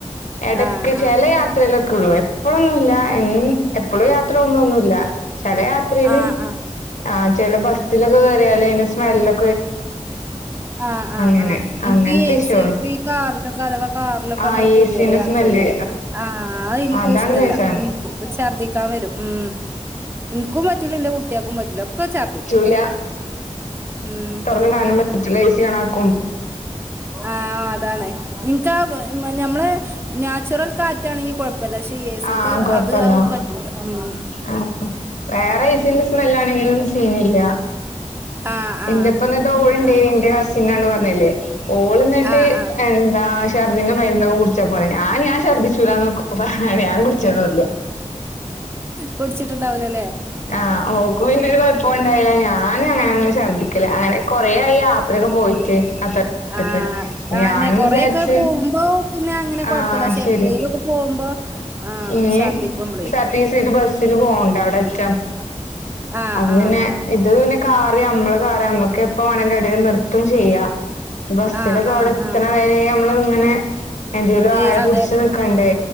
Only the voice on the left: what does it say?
എടക്ക്
ചെല യാത്രേലൊക്കെള്ളൂ എപ്പളും ല്ല എമം എപ്പളും യാത്ര പോമ്പോളൊന്നുല്ല ചല യാത്രയില്
ആ ചല ബസ്സിലൊക്കെ കേറിയാല് അതിന്റെ സ്മല്ലോ
അങ്ങനെ
അങ്ങനത്തെ
ഇഷ്യൂള്ളു
ആ
ഏസിന്റെ
സ്മെല്ല്
അതാണ്
തേച്ചാ
പറ്റൂല
അനറ്റിലൈസ ചെയ <unintelligible>
ആ
കൊഴപ്പല്ല
ആ വേറെ എ സി ന്റെ സ്മെല്ലാണങ്കി മം ചെയ്ന്നില്ല
എന്റെപ്പം എന്നിട്ട് ഓള് ണ്ടയിനി
എന്റെ കസിനന്ന് പ ന്ന് ല്ലെ ഓൾന്നിട്ട്
എന്താ ഷർദിന്റെ മ എന്നകുറിച്ചാ പറെ ഞാൻ ഞാൻ ശർദിച്ചൂലാന്ന്ക്ക പറ ഞാൻ കുടിച്ചന്നുല്ല
ആഹ ഓക്ക് പിന്നെരു കുഴപ്പം ഇണ്ടായില്ല ഞാനൻ അങ്ങനെ ഒന്നും ഛർദ്ദിക്കല അങ്ങനെ കൊറ ആയി യാത്രയൊക്കെ പോയിട്ട് അത്ര്
ഞാനും
വിചാരിച്ച്
ആഹ ആ
ശരി
ഇനി
കെ
യെസ് റ് ടി സി ബസ്സിൽ പോണ്ട അവിടെ ആ
അത്
പിന്നെ
ഇത് പിന്നെ കാറ് നമ്മളെ കാറ് നമ്മക്കെപ് എപ്പൊ വാണേലും എവടേലും നിർത്തും ചെയ്യാ ബസ്സിലൊക്കെ
അവടെ എത്ത്ണ
വരേ നമ്മള് ഇങ്ങനെ എന്തേലും
ആയാ
പുട്ച്ച് നിക്കണ്ടേ